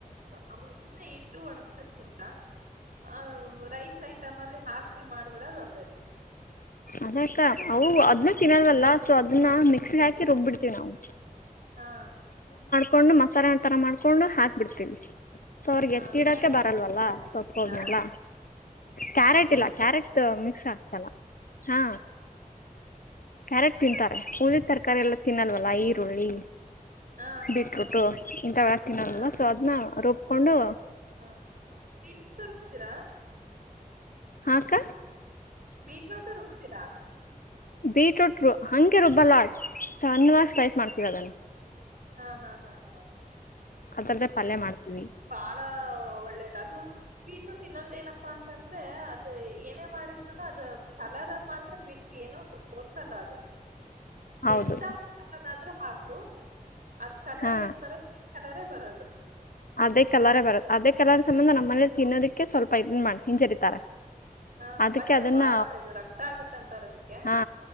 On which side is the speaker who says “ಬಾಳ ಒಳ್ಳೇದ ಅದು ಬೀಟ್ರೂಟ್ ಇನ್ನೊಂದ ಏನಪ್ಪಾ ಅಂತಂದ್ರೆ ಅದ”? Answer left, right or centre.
Right